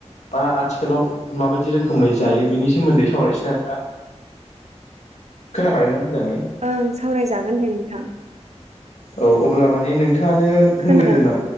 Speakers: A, on the left (about 70°); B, on the right (about 65°).
A: बा आथिखालाव माबायदि रोखोमै जायो
B: औ
A: बिनि सोमोन्दै सावरायनोसैना दा खोनाखादोंना मोजाङै?
B: ओं सावरायजागोन दे नोंथां।
A: औ अब्ला माने नोंथाङानो होनग्रोदो
B: खोनादों
A: नामा